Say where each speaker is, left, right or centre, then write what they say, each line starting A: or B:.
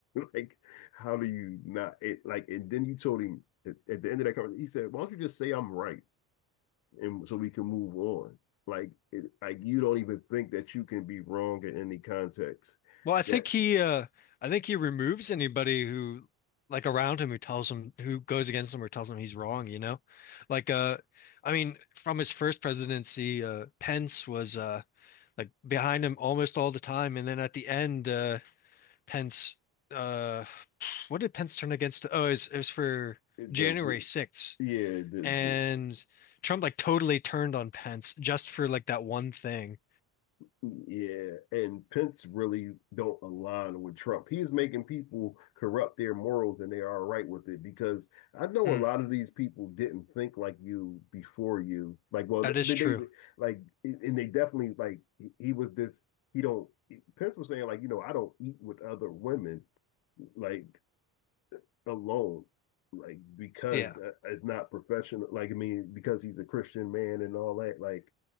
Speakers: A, on the left; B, on the left.
A: <laughs> like, how do you not? It, like, and then you told him at, at the end of that conversation, he said, "Why don't you just say I'm right?" and so we can move on. Like it, like you don't even think that you can be wrong in any context.
B: Well, I think
A: That
B: he uh I think he removes anybody who like around him who tells him who goes against him or tells him he's wrong, you know? Like uh I mean, from his first presidency, uh Pence was uh like behind him almost all the time and then at the end uh Pence. Uh, what did Pence turn against? Oh, it was, it was for
A: the
B: January 6th,
A: yeah the,
B: and Trump like totally turned on Pence just for like that one thing.
A: the yeah and Pence really don't align with Trump. He is making people corrupt their morals and they are all right with it because I know
B: Mm,
A: a lot of these people didn't think like you before you. Like well
B: that
A: they,
B: is true.
A: they like and they definitely like he was this he don't Pence was saying like you know I don't eat with other women like alone, like because
B: Yeah,
A: uh, it's not professional. Like I mean, because he's a Christian man and all that. Like